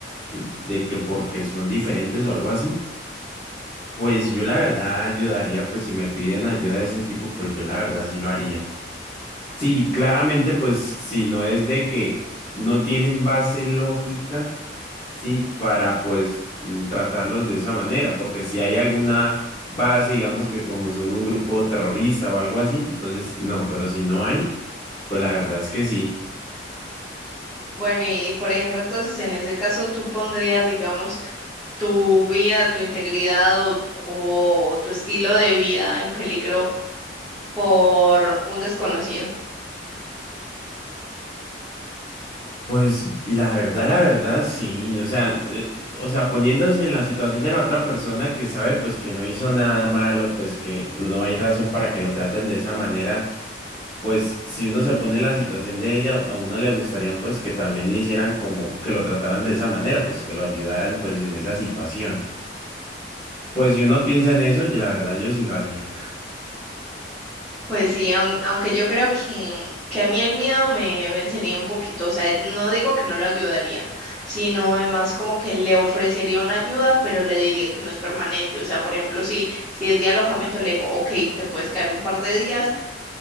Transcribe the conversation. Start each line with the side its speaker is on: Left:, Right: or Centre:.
Left: ¿sí? de que porque son diferentes o algo así, pues yo la verdad ayudaría, pues si me piden ayuda de ese tipo, pues yo la verdad sí lo haría. Sí, claramente, pues si no es de que no tienen base lógica, sí, para pues mm, tratarlos de esa manera, porque si hay alguna base, digamos que como son un grupo terrorista o algo así, entonces no, pero si no hay, pues la verdad es que sí.
Centre: Bueno, y, y por ejemplo, entonces en ese caso tú pondrías, digamos, tu vida, tu integridad o o tu estilo de vida en peligro por un desconocido.
Left: Pues la verdad, la verdad, sí, o sea, eh, o sea, poniéndose en la situación de la otra persona que sabe pues que no hizo nada malo, pues que no hay razón para que lo traten de esa manera pues si uno se pone en la situación de ella, a uno le gustarían pues que también hicieran como, que lo trataran de esa manera, pues que lo ayudaran pues en esa situación. Pues si uno piensa en eso, yo, la verdad yo sí lo haría.
Centre: Pues sí, aun- aunque yo creo que, que a mí el miedo me vencería un poquito, o sea, no digo que no lo ayudaría, sino además como que le ofrecería una ayuda, pero le diría que no es permanente, o sea, por ejemplo, si, si es de alojamiento, le digo, ok, te puedes quedar un par de días,